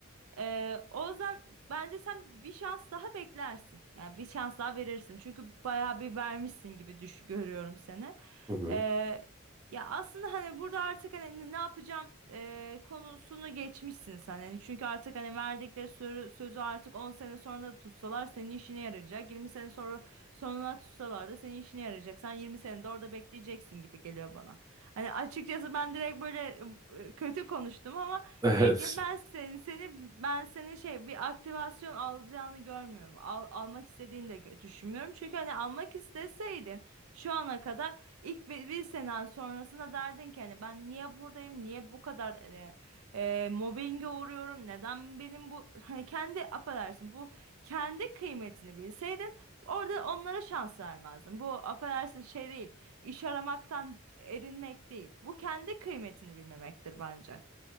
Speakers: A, on the right; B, on the right.
A: Ee, o yüzden bence sen bir şans daha beklersin. Yani bir şans daha verirsin. Çünkü bayağı bir vermişsin gibi düş görüyorum seni.
B: Hı hı.
A: Ee, ya aslında hani burada artık hani ne yapacağım ee, konusunu geçmişsin sen. Yani çünkü artık hani verdikleri sözü, sözü artık 10 sene sonra da tutsalar senin işine yarayacak. yirmi sene sonra sonra tutsalar da senin işine yarayacak. Sen 20 sene de orada bekleyeceksin gibi geliyor bana. Hani açıkçası ben direkt böyle e, kötü konuştum ama
B: Evet,
A: Bekle ben seni, seni ben seni şey bir aktivasyon alacağını görmüyorum. Al- almak istediğini de gö- düşünmüyorum. Çünkü hani almak isteseydin şu ana kadar ilk bir, bir sene sonrasında derdin ki hani ben niye buradayım? Niye bu kadar e, e, mobbinge uğruyorum? Neden benim bu <laughs> hani kendi affedersin bu kendi kıymetini bilseydin orada onlara şans vermezdin. Bu affedersin şey değil. iş aramaktan erinmek değil. Bu kendi kıymetini bilmemektir bence.